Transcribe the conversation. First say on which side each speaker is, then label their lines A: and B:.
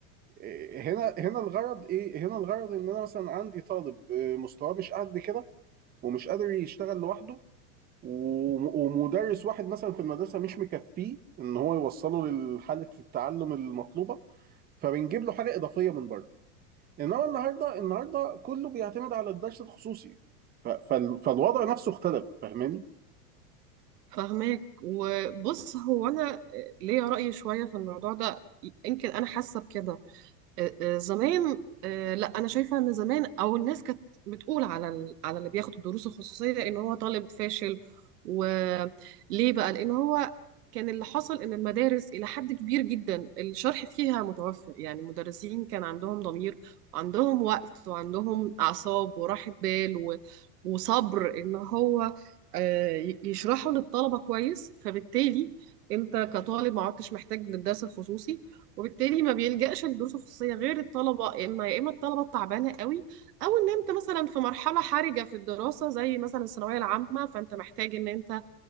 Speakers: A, on the right; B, on the right.
A: إيه، هنا هنا الغرض ايه هنا الغرض ان انا مثلا عندي طالب آه، مستواه مش قد كده ومش قادر يشتغل لوحده وم- ومدرس واحد مثلا في المدرسة مش مكفيه ان هو يوصله لحالة التعلم المطلوبة فبنجيب له حاجة إضافية من بره انما النهارده النهارده كله بيعتمد على الدرس الخصوصي ف- فال- فالوضع نفسه اختلف فاهماني
B: فهماك وبص هو انا ليا رأي شوية في الموضوع ده يمكن انا حاسة بكده آه، آه، زمان آه، لا انا شايفه ان زمان او الناس كانت بتقول على ال... على اللي بياخد الدروس الخصوصيه ان هو طالب فاشل وليه بقى لان هو كان اللي حصل ان المدارس الى حد كبير جدا الشرح فيها متوفر يعني المدرسين كان عندهم ضمير وعندهم وقت وعندهم اعصاب وراحه بال و... وصبر ان هو آه، ي- يشرحوا للطلبه كويس فبالتالي انت كطالب ما عدتش محتاج للدرس الخصوصي وبالتالي ما بيلجأش لدروس خصوصية غير الطلبة يا إما يا إما الطلبة التعبانة قوي أو إن أنت مثلا في مرحلة حرجة في الدراسة زي مثلا الثانوية العامة فأنت محتاج إن أنت